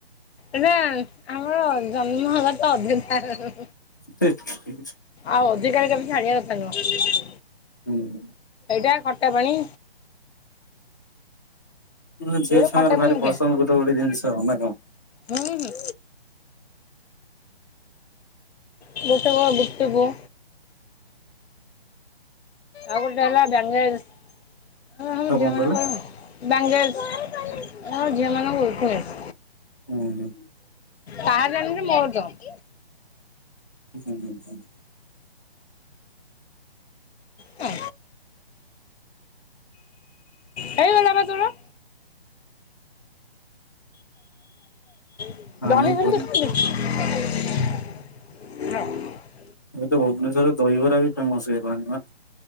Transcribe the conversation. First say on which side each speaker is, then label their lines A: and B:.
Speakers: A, on the left; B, on the left.
A: ଏଟା ଆମର ଜନ୍ମଗତ ଅଧିକାର।
B: ହେ ହେ ହେ
A: ଆଉ ଅଧିକାରକୁ ଏମତି ଛାଡିବା କଥା ନୁହଁ।
B: ହୁଁଁ।
A: ଏଇଟା ଖଟା ପାଣି।
B: ଉଁ ଝିଅ
A: ଏଇଟା
B: ଛୁଆଙ୍କର
A: ଖଟା
B: ଭାରି
A: ପାଣି ମୁଖେ
B: ପସନ୍ଦ ଗୋଟେ ଗୋଟେ ଜିନଷ ନା କଣ।
A: ହୁଁ ହୁଁ। ଦୋସାକୁ ଆଉ ଗୁପଚୁପୁ ଆଉ ଗୋଟେ ହେଲା ବାଙ୍ଗେଲସ୍ ଏରା ସବୁ ହେଲା
B: ଆଉ
A: ଝିଅ
B: କଣ
A: ମାନଙ୍କର
B: କହିଲ?
A: ବାଙ୍ଗେଲସ୍ ଏରାକ ଝିଅମାନଙ୍କ ୱିକନେସ୍।
B: ହୁଁଉଁ।
A: ତାହା ଯେମତି ମୋର ତ
B: ହୁଁ ହୁଁ।
A: ହ ହେଇଗଲା ପା ତୋର। ବହିବୁନ୍ଦି
B: ପାଣି ପରି
A: ଖା
B: ଏବେ ତ ଭୁବନେସ୍ୱରରେ ଦହିବରା ବି ଫେମସ୍ ହେଇଗଲାଣି ନା।